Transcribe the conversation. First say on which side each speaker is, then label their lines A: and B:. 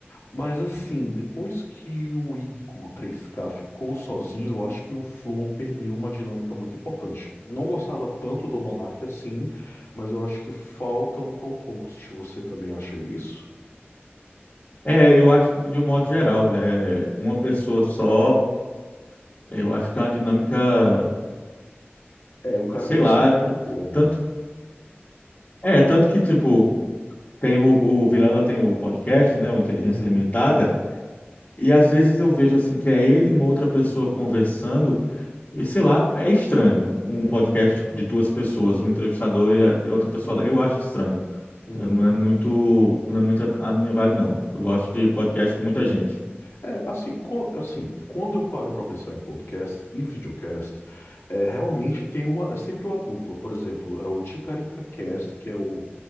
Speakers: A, on the left; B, on the left.
A: Mas assim, depois que o Igo 3K ficou sozinho, eu acho que o Flow perdeu uma dinâmica muito importante. Não gostava tanto do Monark assim, mas eu acho que falta um co-host. Você também acha isso?
B: É, eu acho que, de um modo geral, é, uma pessoa só, eu acho que é uma dinâmica.
A: É, o cara
B: sei
A: tem
B: lá,
A: que ser muito
B: eu-
A: bom.
B: tanto, é, tanto que, tipo, tem o, o Vilela tem o podcast, né, o Inteligência
A: Uhum,
B: Limitada, e às vezes eu vejo, assim, que é ele e uma outra pessoa conversando, e sei lá, é estranho, um
A: uhum,
B: podcast tipo, de duas pessoas, um entrevistador e, a, e outra pessoa, lá. eu acho estranho,
A: uhum.
B: Eu não é muito, não é muito a a minha vibe, não, eu gosto de podcast com muita gente.
A: É, assim, co- assim, quando eu paro para pensar em podcast e videocast, é, realmente tem uma, é sempre uma dupla. Por exemplo, é o Ticarica Cast, que é o,